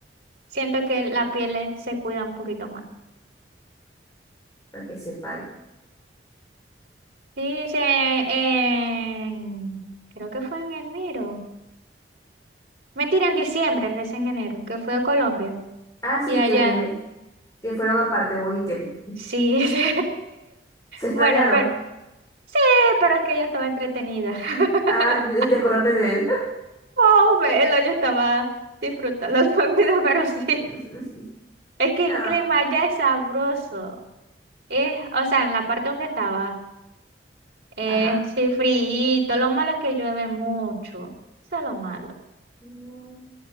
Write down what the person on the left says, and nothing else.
para que sepáis.
Así
que, que fueron aparte vos y Kenny.
¿Se extrañaron?
Ah, ni te acordaste de él.
<laughs>
No,
ajá.
Mm,